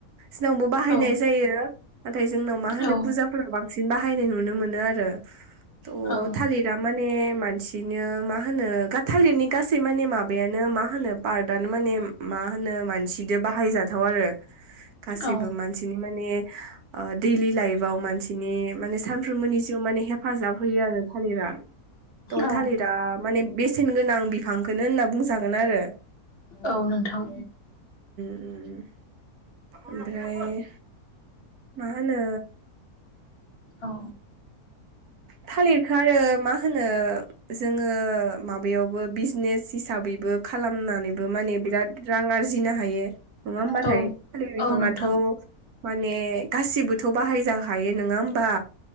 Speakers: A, on the right; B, on the left.
A: सिनावबो बाहायनाय
B: औ
A: जायो। थाय जोंनाव मा होनो
B: औ
A: फुजाफोराव बांसिन बाहायनाय नुनो मोनो आरो। थ'
B: औ
A: थालिर बे मानसिनो मा होनो गाद थालिरनि गासै माने माबायानो मा होनो पार्टआनो माने मा होनो मानसिदो बाहायजाथाव आरो। गासैबो
B: औ
A: मानसिनि माने ओ दैलि लाइफआव मानसिनि माने साम फ्रोम मोनि जिउआव माने हेफाजाब होयो आरो थालिरा। थ'
B: औ
A: थालिरा ओ माने बेसेन गोनां बिफांखोनो होनना बुंजागोन आरो।
B: औ नोंथां।
A: ओमफ्राय मा होनो
B: औ
A: थालिरखौ आरो मा होनो जोङो माबायावबो बिजनेस हिसाबैबो खालामनानैबो माने बिराद रां आरजिनो हायो नङा होमबाथाय
B: औ
A: थालिर बिफाङाथ'
B: औ नोंथां
A: माने गासिबोथ' बाहायजाखायो नङा होमबा